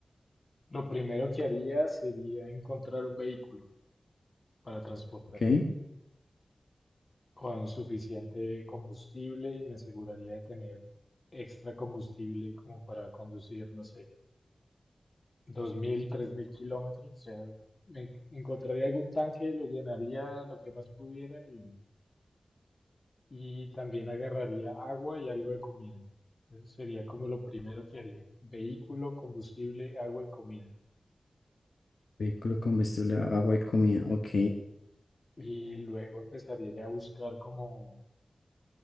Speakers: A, on the left; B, on the left.
A: lo primero que haría sería encontrar un vehículo para transportarme
B: ¿Ok?
A: con suficiente combustible y me aseguraría de tener extra combustible como para conducir, no sé Dos mil, tres mil kilómetros, o sea, en- encontraría algún tanque, lo llenaría lo que más pudiera y, y también agarraría agua y algo de comida. Eso sería como lo primero que haría. Vehículo, combustible, agua y comida.
B: Vehículo, combustible, agua y comida. Ok.
A: Y luego empezaría ya a buscar como